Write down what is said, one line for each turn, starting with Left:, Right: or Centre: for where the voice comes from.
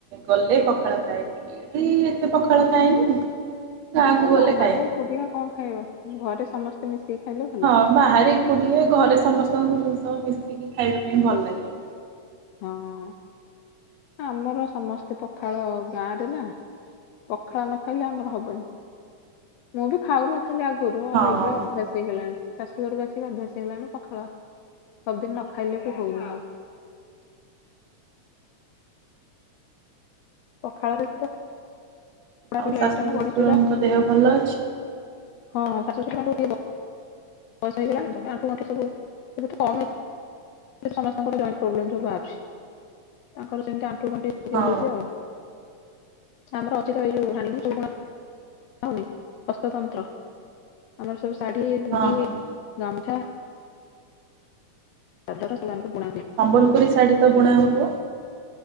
Right: ଗଲେ ପଖାଳ ଖାଏ। ଏଠି ଏତେ ପଖାଳ ଖାଏନି। ଗାଁକୁ
Left: ହଁ
Right: ଗଲେ
Left: ବାହାରେ
Right: ଖାଏ।
Left: କୁଡିଆ କଣ ଖାଇବ ଘରେ ସମସ୍ତେ ମିଶିକି ଖାଇଲୁ।
Right: ହଁ ବାହାରେ ଏକୁଟିଏ ଘରେ ସମସ୍ତଙ୍କ ଜିନିଷ ମିଶିକି ଖାଇବା ପାଇଁ ଭଲ ଲାଗେ।
Left: ହଁ ଆମର ସମସ୍ତେ ପଖାଳ ଗାଁରେ ନା ପଖାଳ ନ ଖାଇଲେ ଆମର ହବନି ମୁଁ ବି ଖାଉନ ଯାହା କରୁ
Right: ହଁ
Left: ଆଉ ଏବେ ଅଭ୍ୟାସ। ହେଇଗଲାଣି ଶାଶୁ ଘରକୁ ଆସିକି ଅଭ୍ୟାସ ହେଇଗଲାଣି ପାଖାଳ ସବୁଦିନ ନ ଖାଇଲେ ବି ହଉନି ଆଉ। ପଖାଳରେ ପୋଡା ପୋଡି
Right: ଆଉ ଶାଶୁ
Left: ଆଇଟମ
Right: ଶ୍ୱଶୁରଙ୍କ
Left: ବଡିଚୁରା
Right: ଦେହ ଭଲ ଅଛି।
Left: ହଁ ଶାଶୁ ଶଶୁରଙ୍କ ବୟସ ହେଇଗଲାଣି ତ ଏ ଆଣ୍ଠୁ ଗଣ୍ଠି ସବୁ କମ ସମସ୍ତଙ୍କର ଜଏଣ୍ଟ ପ୍ରୋବ୍ଲେମ ସବୁ ବାହରିଛି ଆଙ୍କର ସେମିତି ଆଣ୍ଠୁ ଗଣ୍ଠି ସିମିତି
Right: ହଁ
Left: ହଉଚି ଆଉ। ଆମର ଅଛିିତ ତ ଏଇ ଯୋଉ ହ୍ୟାଣ୍ଡଲୁମ୍ ସବୁ ବୁଣା। ଆଉନି ହସ୍ତତନ୍ତ୍ର ଆମର ସବୁ ଶାଢୀ ମୁଣ୍ଡି
Right: ହଁ ହଁ
Left: ଗାମୁଛା। <unintelligible>
Right: ସମ୍ବଲପୁରୀ ଶାଢୀ ତ ବୁଣା ହେବ।